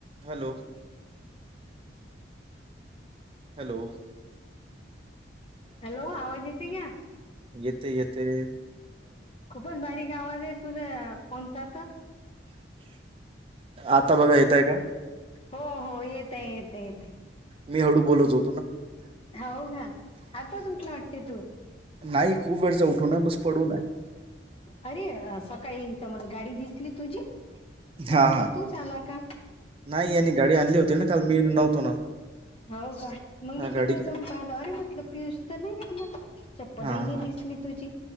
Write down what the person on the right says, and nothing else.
Hello. Hello.
येतय येतय रे.
आता बघा येतय का?
मी हळू बोलतो
नाही खूप वेळचा उठून आहे बस पडून आहे.
हा
हा
नाही यानी गाडी आणली होती ना काल मी नव्हतो ना.
हा
गाडी
हा
हा